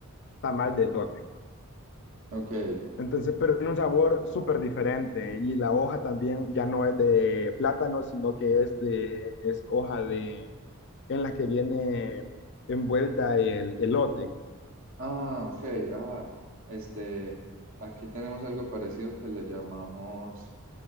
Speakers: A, on the left; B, on the right.
A: tamal de elote.
B: ok.
A: Entonces, pero tiene un sabor súper diferente y la hoja también ya no es de plátano, sino que es de, es hoja de, en la que viene envuelta el elote.
B: Ah, ok. Ah, este, aquí tenemos algo parecido que le llamamos